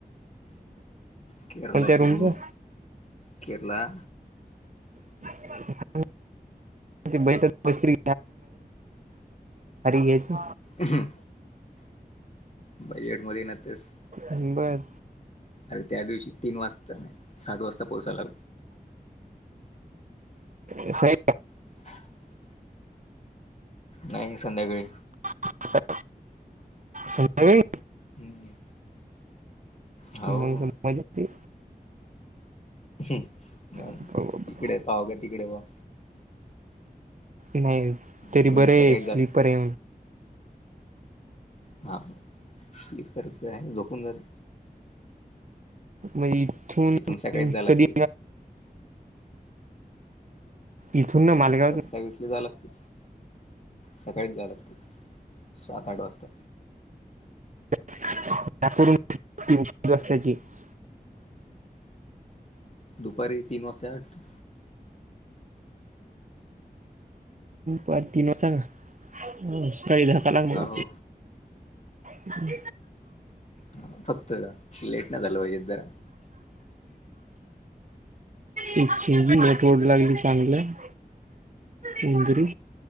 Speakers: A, on the left; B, on the right.
A: केरलाचे
B: कोणत्या रूमचं
A: रूम, केरला
B: <inaudible> बै फारी घ्यायची.
A: अहं. बजेट मध्ये न तेच
B: अंबद
A: अर त्या दिवशी तीन वाजता नाही सात वाजता पोचायला
B: स
A: <unintelligible> नाही संध्याकाळी
B: ह सगळी
A: हम्म हो
B: मग मज्जाच आहे.
A: इकडे
B: येते
A: पहावं का तिकडे पहावं.
B: नाही,
A: इथून
B: तरी बरं
A: सकाळी
B: आहे,
A: जा
B: स्लीपर ए.
A: हा, स्लीपरच आहे झोपून जाते
B: म इथून
A: सकाळीच जाय लागते
B: कधी? इथून ना मालगाव
A: स वीसला जाव लागते सकाळीच जाय लागते सात आठ वाजता
B: ल्याची
A: दुपारी तीन वाजता वाट
B: पर तन वाां सळी धका लागणार
A: हो
B: बा ग
A: हा फक्त लेट नाही झाचालूहिजे इदर
B: इच्छिी नटवड लागली चांगलं मुंदरी